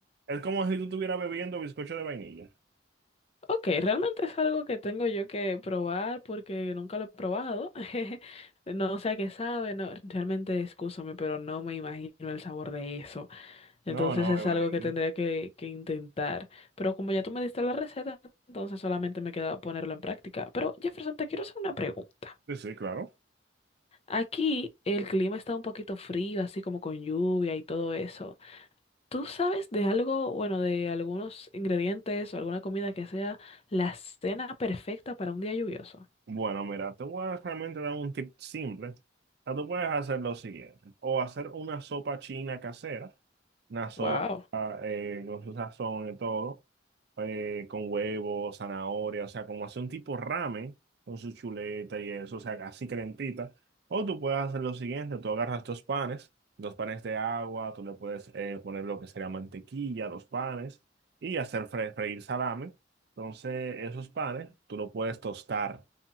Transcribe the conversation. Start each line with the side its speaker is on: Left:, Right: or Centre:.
Right: es como si tú estuvieras bebiendo bizcocho de vainilla.
Left: ok, realmente es algo que tengo yo que probar porque nunca lo he probado. <laughs> No sé a qué sabe, no, realmente, excúsame, pero no me imagino el sabor de eso. Entonces
Right: No, no,
Left: es
Right: me imagino.
Left: algo que tendría que, que intentar. Pero como ya tú me diste la receta, entonces solamente me queda ponerlo en práctica. Pero Jefferson, te quiero hacer una pregunta.
Right: Sí, sí, claro.
Left: Aquí el clima está un poquito frío, así como con lluvia y todo eso. ¿Tú sabes de algo, bueno, de algunos ingredientes o alguna comida que sea la cena perfecta para un día lluvioso?
Right: Bueno, mira, te voy a realmente dar un tip simple. O sea, tú puedes hacer lo siguiente, o hacer una sopa china casera, una sopa
Left: Wow.
Right: eh, con su sazón y todo, eh, con huevo, zanahoria, o sea, como hacer un tipo ramen con su chuleta y eso, o sea, así calentita. O tú puedes hacer lo siguiente, tú agarras dos panes, dos panes de agua, tú le puedes eh, poner lo que sería mantequilla a los panes y hacer fre- freír salame. Entonces, esos panes tú lo puedes tostar